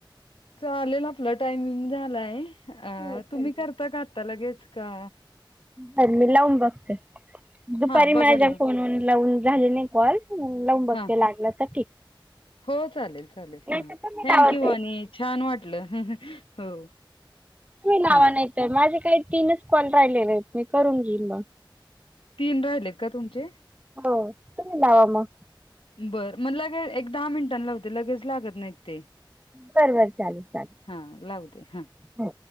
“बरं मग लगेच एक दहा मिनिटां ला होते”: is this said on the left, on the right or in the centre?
Left